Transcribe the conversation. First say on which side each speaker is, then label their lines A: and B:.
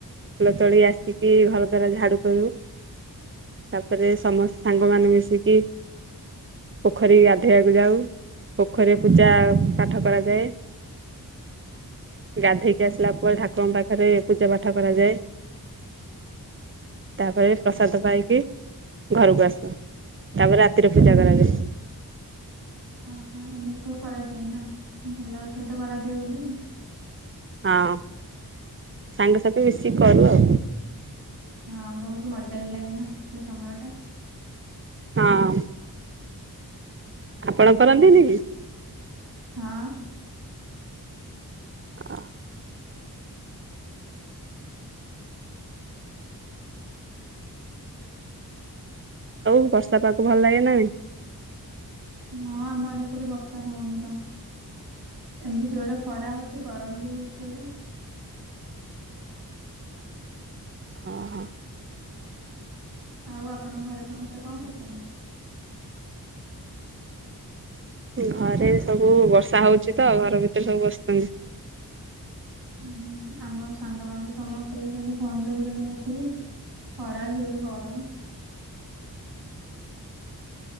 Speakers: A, on the right; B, on the right.
A: ଫୁଲ ତୋଳି ଆସିକି ଘର ଦ୍ଵାର ଝାଡୁ କରିବୁ, ତାପରେ ସମସ୍ତେ ସାଙ୍ଗ ମାନ ମିଶିକି ପୋଖରୀ ଗାଧୋଇବାକୁ ଯାଉ, ପୋଖରୀରେ ପୂଜା ପାଠ କରାଯାଏ, ଗାଧୋଇକି ଆସିଲା ପରେ ଠାକୁରଙ୍କ ପାଖରେ ପୂଜା ପାଠ କରାଯାଏ, ତାପରେ ପ୍ରସାଦ ପାଇକି ଘରକୁ ଆସି ତାପରେ ରାତିରେ ପୂଜା କରାଯାଏ।
B: ହଁ ହଁ ଏମିତି ସବୁ କରାଯାଏ ନା ଭଲ ସହିତ କରାଯାଏ ବୋଧେ ଆଉ,
A: ହଁ ସାଙ୍ଗସଥି ମିଶିକି କରୁ ଆଉ
B: ହଁ ବହୁତ ମଜା ବି ଲାଗେ ନା ସେ ସମୟ ଟା
A: ହଁ ଆପଣ କରନ୍ତିନି କି?
B: ହଁ
A: ଓ ଆଉ ବର୍ଷା ପାଗ୍କୁ ଭଲ ଲାଗେ ନା ନାଇ
B: ହଁ ଆମ ଆଡେ କୁଟେ ବର୍ଷା ହଉନି ତ ଏମତି ଜୋରେ ଖରା ହଉଛି ଗରମ ବି ହଉଛି ଜୋରେ
A: ଓ ହୋ
B: ଆଉ ଆପଣଙ୍କ ଘରେ ସମସ୍ତେ କଣ କରୁଛନ୍ତି?
A: ଘରେ ସବୁ ବର୍ଷା ହଉଛି ତ ଘର ଭିତରେ ସବୁ ବସ୍ଚନ୍ତି।
B: ହଁ ହୁଁ ଆମ ସାଙ୍ଗମାନୋନ ତ ସମସ୍ତେ ବିଛନ୍ତି ଫୋନ ଦେଖୁଛନ୍ତି ବସିକି ଖରା ଜୋର ଗରମ